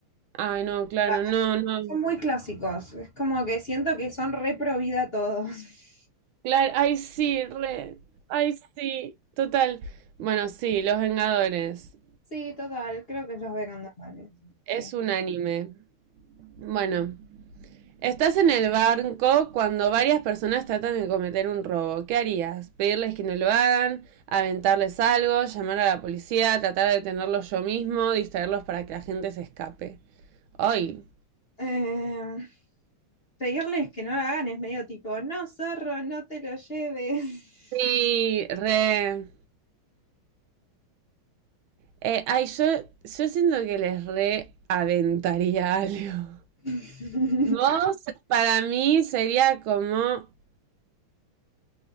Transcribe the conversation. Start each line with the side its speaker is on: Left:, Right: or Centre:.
Right: Ay, no, claro,
Left: Ah,
Right: no, no.
Left: Son muy clásicos. Es como que siento que son re pro vida todos. <laughs>
Right: Claro, ay, sí, re. Ay, sí, total. Bueno, sí, los Vengadores.
Left: Sí, total, creo que los vegan normales.
Right: Es
Left: Sí.
Right: un anime. Bueno. Estás en el banco cuando varias personas tratan de cometer un robo. ¿Qué harías? ¿Pedirles que no lo hagan? ¿Aventarles algo? ¿Llamar a la policía? ¿Tratar de detenerlos yo mismo? ¿Distraerlos para que la gente se escape? ¡Ay!
Left: Eh, pedirles que no la hagan es medio tipo, no, zorro, no te lo lleves.
Right: Sí, re... Eh, ay, yo, yo siento que les re aventaría <laughs> algo.
Left: <laughs>
Right: Vos, para mí, sería como...